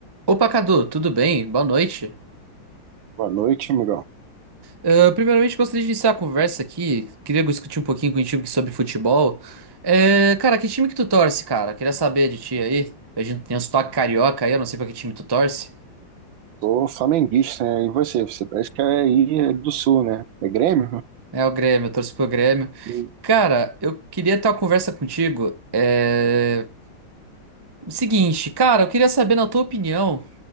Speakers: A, on the right; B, on the right.
A: Opa, Cadu, tudo bem? Boa noite.
B: Boa noite, amigão.
A: Ah, primeiramente, gostaria de iniciar a conversa aqui. Queria discutir um pouquinho contigo sobre futebol. Eh, cara, que time que tu torce, cara? Queria saber de ti aí. A gente tem um sotaque carioca aí, eu não sei pra que time tu torce.
B: Sou flamenguista, né? E você? Você parece que é aí é do Sul, né? É Grêmio?
A: É o Grêmio, eu torço pro Grêmio.
B: Hum.
A: Cara, eu queria ter uma conversa contigo. É... o Seguinte, cara, eu queria saber na tua opinião.